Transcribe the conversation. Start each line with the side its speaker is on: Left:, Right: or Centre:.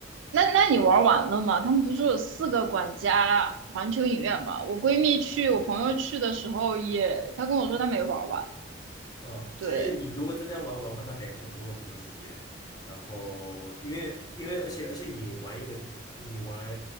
Right: 那那你玩完了吗？他们不是有四个管家环球影院吗？我闺蜜去，我朋友去的时候也，她跟我说她没玩完。
Left: 嗯，
Right: 对，
Left: 就是你如果真的要玩玩的话，那得很多很多时间。然后，因为因为而且而且你玩一个，你玩